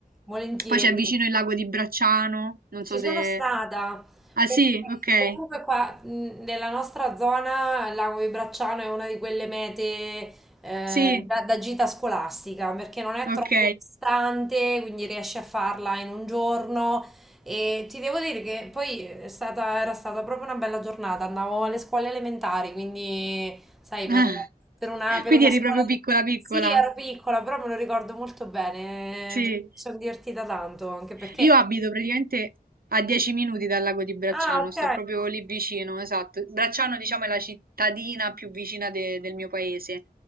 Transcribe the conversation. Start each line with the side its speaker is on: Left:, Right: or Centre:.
Centre: volentieri.
Right: Poi c'è vicino il lago di Bracciano, non
Centre: Ci
Right: so se...
Centre: sono stata,
Right: Ah
Centre: perché
Right: sì, ok,
Centre: comunque qua mh, nella nostra zona il Lago di Bracciano è una di quelle mete eh,
Right: sì,
Centre: da, da gita scolastica, perché non è
Right: ok.
Centre: troppo distante, quindi riesci a farla in un giorno. E ti devo dire che poi è stata- era stata proprio una bella giornata, andavo alle scuole elementari, quindi sai,
Right: <laughs>
Centre: per, per una, per
Right: Quindi
Centre: una
Right: eri
Centre: scuola...
Right: proprio piccola piccola,
Centre: Sì, ero piccola, però me lo ricordo molto bene,
Right: sì.
Centre: mi sono divertita tanto, anche perché...
Right: Io abito praticamente a 10 minuti dal lago di Bracciano,
Centre: Ah, ok.
Right: sto proprio lì vicino, esatto. Bracciano, diciamo, è la cittadina più vicina de- del mio paese